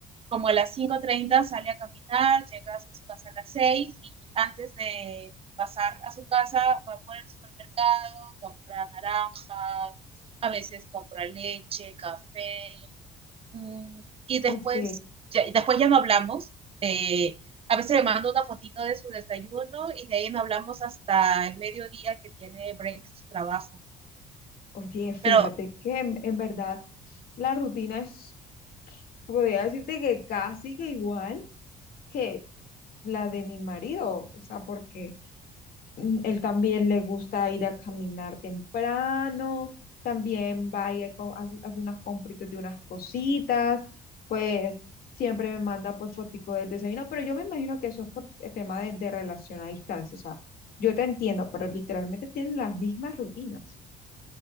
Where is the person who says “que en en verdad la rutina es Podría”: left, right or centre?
Left